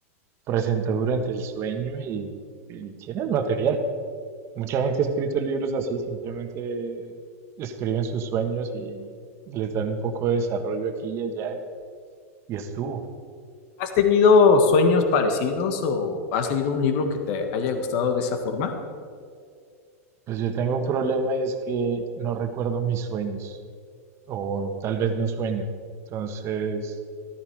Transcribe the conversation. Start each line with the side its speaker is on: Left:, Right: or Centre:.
Right: presentó durante el sueño y, y tienes material. Mucha gente ha escrito libros así, simplemente escriben sus sueños y les dan un poco de desarrollo aquí y allá y, y estuvo.
Left: ¿Has tenido sueños parecidos o has leído un libro que te haya gustado de esa forma?
Right: Pues yo tengo un problema y es que no recuerdo mis sueños o tal vez no sueño. Entonces,